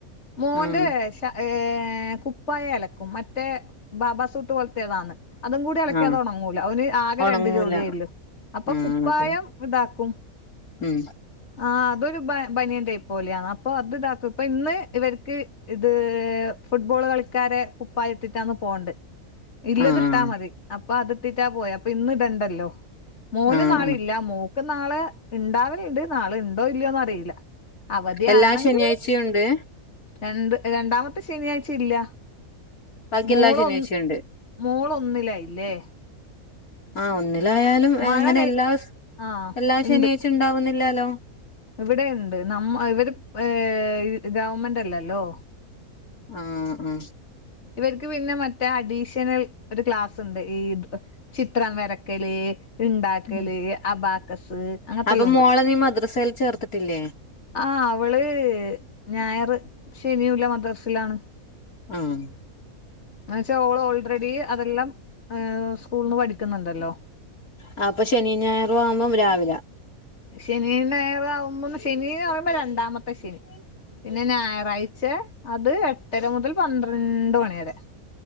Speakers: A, on the left; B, on the left.
A: മോൻ്റെ
B: ആഹ്
A: ഏഹ് കുപ്പായ അലക്കും മറ്റേ ബാബസൂട്ട് പോലത്തേതാന് അതും കൂടി അലക്കിയാൽ
B: ആഹ്
A: അത്‌ ഉണങ്ങൂല ഓന് ആകെ
B: ഉണങ്ങൂല
A: രണ്ട് ജോഡിയ ള്ളൂ അപ്പൊ
B: ആഹ്
A: കുപ്പായം
B: അതെ
A: ഇതാക്കും
B: ഉം
A: ആ അതൊരു ബനിയൻ ടൈപ്പ് പോലെയാണ് അപ്പൊ അത് ഇതാക്കും ഇപ്പൊ ഇന്ന് ഇവർക്ക് ഇത് ഫുട്ബോൾ കളിക്കാരെ കുപ്പായിട്ടിട്ടാന്ന് പോണ്ട് ഇല്ലത്
B: ആഹ്
A: ഇട്ടാ മതി അപ്പൊ അത്ട്ടിട്ടാ പോയ അപ്പൊ ഇന്ന് ഇടണ്ടല്ലോ മോൻ
B: ആഹ്
A: നാള ഇല്ല മോൾക് നാള ഇണ്ടാവലുണ്ട് നാള് ഉണ്ടോ ഇല്ലയോന്ന് അറിയില്ല അവധിയാണെങ്കില്
B: എല്ലാ ശനിയാഴ്ചയും ഉണ്ട്
A: രണ്ട് രണ്ടാമത്തെ ശനിയാഴ്ച ഇല്ല
B: ബാക്കി
A: മോളൊന്ന്
B: എല്ലാ ശനിയാഴ്ചയും ഉണ്ട്
A: മോളൊന്നിലയില്ലേ
B: ആഹ ഒന്നിലായാലും
A: മഴ
B: അങ്ങനെ
A: കൈ
B: എല്ലാ
A: ആഹ്
B: എല്ലാ
A: ഇണ്ട്
B: ശനിയാഴ്ച ഉണ്ടാവുന്നില്ലാലോ
A: ഇവിടെ ഇണ്ട് നമ്മ ഇവര് ഏ ഗവൺമെന്റ് അല്ലല്ലോ
B: ഉം ഉം
A: ഇവർക്ക് പിന്നെ മറ്റേ അഡീഷണൽ ഒരു ക്ലാസ് ഉണ്ട് ഈ ചിത്രം വരക്കല് ഇണ്ടാക്കല്
B: ഉം
A: അബാക്കസ് അങ്ങനത്തെല്ലാം
B: അപ്പൊ
A: ഉണ്ട്
B: മോളെ നീ മദ്രസയിൽ ചേർത്ത് ട്ടില്ലേ
A: ആ അവള് ഞായറ് ശനിഉള്ള മദ്രസിലാണ്
B: ഉം
A: എന്ന വെച്ചാ ഓള് ഓൾറെഡി അതെല്ലാം ഹ് സ്കൂൾ ന്ന് പഠിക്കുന്നുണ്ടല്ലോ
B: ആ അപ്പൊ ശനി ഞായർ ആവുമ്പോം രാവിലെ
A: ശനി ഞായർ ആവുമ്പോൾ ശനി ന്ന് പറയുബോ രണ്ടാമത്തെ ശനി പിന്നെ ഞായറാഴ്ച അത് എട്ടര മുതൽ പന്ത്രണ്ട് മണി വരെ